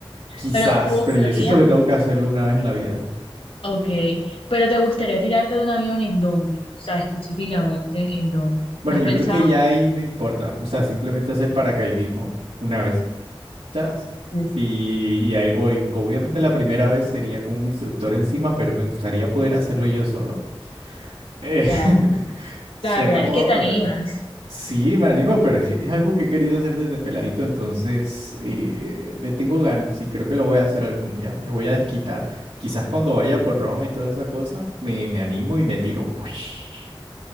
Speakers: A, on the right (about 80°); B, on the left (about 75°).
A: quizás,
B: Pero ¿te gustaría?
A: pero yo siento que tengo que hacerlo una vez en la vida.
B: Ok, pero ¿te gustaría tirarte de un avión en dónde? O sea, específicamente en dónde.
A: Bueno,
B: ¿Lo has
A: yo
B: pensado?
A: creo que ya ahí no importa, o sea, simplemente hacer paracaidismo una vez. Chas.
B: Sí.
A: Y, y ahí voy. Obviamente la primera vez sería con un instructor encima, pero me gustaría poder hacerlo yo solo. Eh,
B: Wow,
A: <laughs> suena
B: la verdad
A: guau,
B: es que te
A: pero
B: animas.
A: sí, me anima, pero es, que es algo que he querido hacer desde peladito, entonces eh, le tengo ganas y creo que lo voy a hacer algún día. Me voy a desquitar. Quizás cuando vaya por Roma y toda esa cosa, me, me animo y me tiro. Uish,